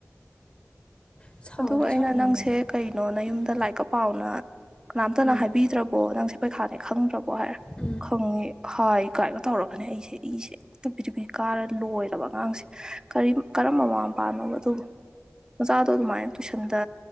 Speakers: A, on the left; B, on the right.
A: ꯁꯥꯎꯗꯤ
B: ꯑꯗꯨꯒ ꯑꯩꯅ
A: ꯁꯥꯎꯅꯤꯡꯕꯅꯤ
B: ꯅꯪꯁꯦ ꯀꯩꯅꯣ ꯅꯌꯨꯝꯗ
A: ꯎꯝ
B: ꯂꯥꯏꯛꯀ ꯄꯥꯎꯅ ꯀꯅꯥꯝꯇꯅ
A: ꯎꯝ
B: ꯍꯥꯏꯕꯤꯗ꯭ꯔꯕꯣ ꯅꯪꯁꯦ ꯄꯩꯈꯥꯅꯦ ꯈꯪꯗ꯭ꯔꯕꯣ ꯍꯥꯏꯔ
A: ꯎꯝ
B: ꯈꯪꯉꯤ ꯍꯥꯏ ꯀꯥꯏꯔꯒ ꯇꯧꯔꯒꯅꯦ ꯑꯩꯁꯦ ꯏꯁꯦ ꯍꯦꯛꯇ ꯕꯤꯔꯤ ꯕꯤꯔꯤ ꯀꯥꯔ ꯂꯣꯏꯔꯕ ꯑꯉꯥꯡꯁꯦ ꯀꯔꯤ ꯀꯔꯝꯕ ꯃꯃꯥ ꯃꯄꯥꯅꯣꯕ ꯑꯗꯨꯕꯨ ꯃꯆꯥꯗꯣ ꯗꯣ ꯑꯗꯨꯃꯥꯏꯅ ꯇꯨꯏꯁꯟꯗ